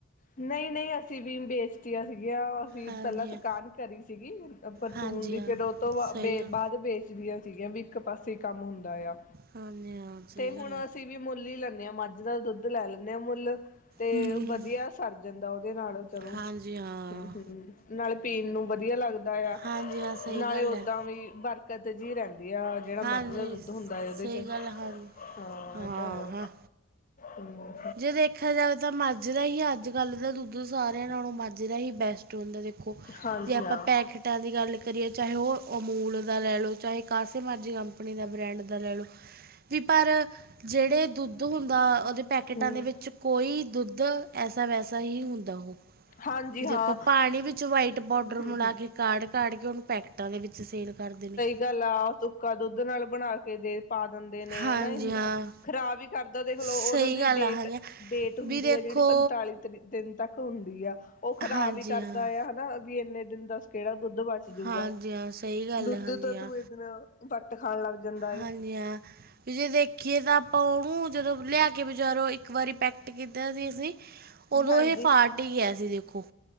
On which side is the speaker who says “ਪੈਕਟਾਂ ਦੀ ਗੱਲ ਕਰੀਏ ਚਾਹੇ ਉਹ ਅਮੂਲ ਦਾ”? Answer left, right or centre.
Right